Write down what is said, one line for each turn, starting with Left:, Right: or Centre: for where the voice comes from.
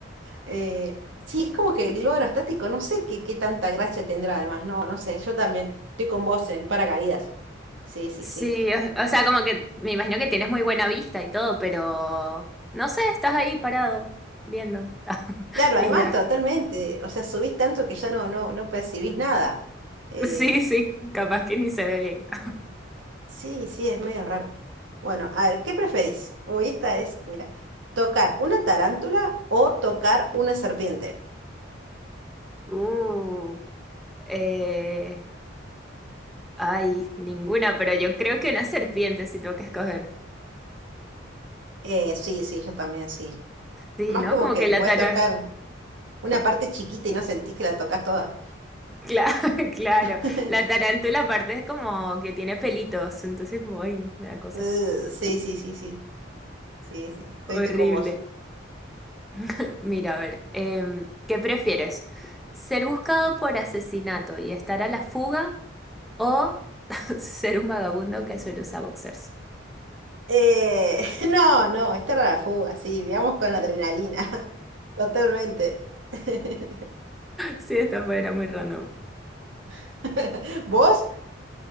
Right: Eh, sí, es como que el globo aerostático, no sé qué, qué tanta gracia tendrá además, no, no sé, yo también estoy con vos en el paracaídas. Sí, sí,
Centre: Sí,
Right: sí.
Centre: o, o sea, como que me imagino que tienes muy buena vista y todo, pero no sé, estás ahí parado, viendo. <laughs>
Right: Claro, además
Centre: Y ya.
Right: totalmente, o sea, subís tanto que ya no, no, no percibís nada. Eh,
Centre: Sí, sí, capaz que ni se ve bien. <laughs>
Right: sí, sí, es medio raro. Bueno, a ver, ¿qué preferís? Uy, esta es, mira, tocar una tarántula o tocar una serpiente.
Centre: Uh, eh, ay, ninguna, pero yo creo que una serpiente si tengo que escoger.
Right: Eh, sí, sí, yo también sí.
Centre: Sí,
Right: Además
Centre: ¿no?
Right: como
Centre: Como
Right: que
Centre: que
Right: puedes
Centre: la tara-
Right: tocar una parte chiquita y no sentís que la tocas toda.
Centre: Claro, <laughs> claro.
Right: <laughs>
Centre: La tarántula aparte es como que tiene pelitos, entonces como, ay, me da cosa.
Right: Eh, sí, sí, sí, sí, sí, sí, estoy,
Centre: Horrible.
Right: estoy con vos.
Centre: <laughs> Mira, a ver, em, ¿qué prefieres? ¿Ser buscado por asesinato y estar a la fuga o <laughs> ser un vagabundo que suele usar boxers?
Right: Eh, <laughs> no, no, esta era la fuga, sí, veamos con adrenalina, <laughs> totalmente. <laughs>
Centre: Sí, esta fue, era muy random.
Right: <laughs> ¿Vos?